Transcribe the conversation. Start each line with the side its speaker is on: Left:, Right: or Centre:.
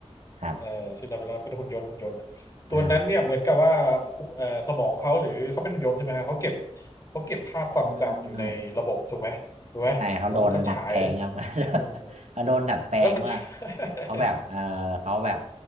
Right: ครับ
Left: เอ่อชื่อนาเบล่าเป็นหุ่นยนต์หุ่นยนต์เนะตัวนั้นเนี่ยเหมือนกับว่าหุเอ่อสมองเขาหรือเขาเป็นหุ่นยนต์ใช่ไหมฮะเขาเก็บ
Right: อ่า
Left: เขาเก็บภาพความจำอยู่ในระบบถูกไหมถูกไหมแล้วมันก็ฉาย
Right: อ่าใช่เขาโดนดัดแปลงครับ <laughs>
Left: อืม
Right: เขาโดนดัดแปลงเมื่อ
Left: เออมันฉา
Right: เขาแบบเออเขาแบบ
Left: ย